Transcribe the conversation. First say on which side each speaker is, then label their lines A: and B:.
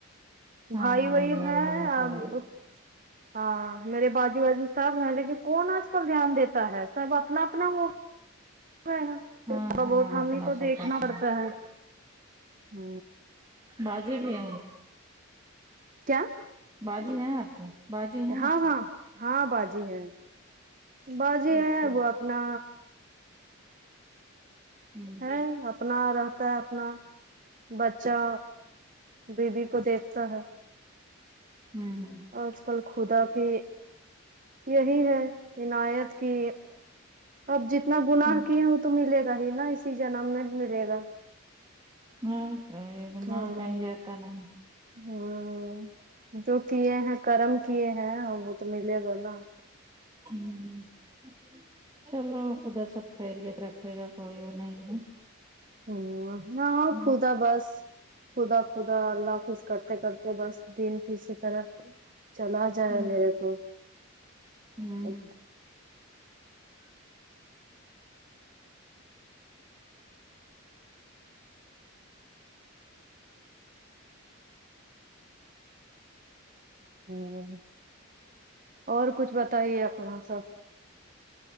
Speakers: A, on the right; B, on the right.
A: ہاں
B: بھائی وائی
A: ہاں جانا
B: ہیں
A: مت
B: اب
A: لگا
B: ہاں میرے بازو وازو سب ہیں لیکن کون اج کل دھیان دیتا ہے سب اپنا اپنا ہو تھوڑا
A: ہاں ہاں
B: بہت ہمیں
A: اپنا
B: کو
A: سب
B: دیکھنا
A: کرتے
B: پڑتا
A: ہیں
B: ہے ہ
A: باجی بھی اے
B: کیا
A: باجی ہیں آپ کے باجی ہیں
B: ہاں
A: آپ کے
B: ہاں ہاں باجی ہے باجی
A: اچھا
B: ہے وہ اپنا
A: ہوں
B: ہے اپنا آرا ہے اپنا بچہ بی بیی کو دیکھتا ہے
A: ہوں
B: آج کل کھودا کی یہی ہے عنایت کی اب جتنا گناہ
A: ہوں
B: کیا وہ تو ملے گا ہی نا اسی جنم میں ملے گا
A: ہاں یہی
B: ہوں
A: نا کہیں جاتا نہیں
B: ہوں جو کیے ہیں کرم کیے ہیں وہ تو ملے گا نا
A: ہوں ہ چلو خدا سب خیریت رکھے گا کوئی وہ نہیں ہے
B: ہ ہاں
A: ہوں
B: خدا بس خدا خدا اللہ خز کرتے کرتے بس دن کسی طرح چل آ جائے
A: ہوں
B: میرے کو
A: ہوں
B: اے ہ اور کچھ بتائیے اپنا سب